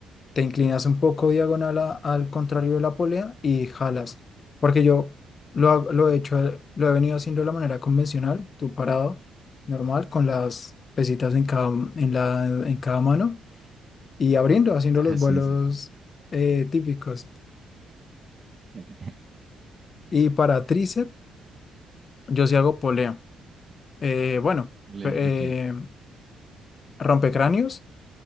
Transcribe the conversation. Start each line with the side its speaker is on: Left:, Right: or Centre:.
Left: Te inclinas un poco diagonal a- al contrario de la polea y jalas. Porque yo lo, hago- lo he hecho, lo he venido haciendo de la manera convencional, tú parado, normal, con las pesitas en cada, en la, en cada mano y abriendo, haciendo
Right: <laughs>
Left: los
Right: Ah, sí,
Left: vuelos
Right: sí.
Left: eh, típicos.
Right: <laughs>
Left: Y para tríceps, yo sí hago polea. Eh, bueno,
Right: Lea,
Left: pe-
Right: Ok.
Left: eh, rompecráneos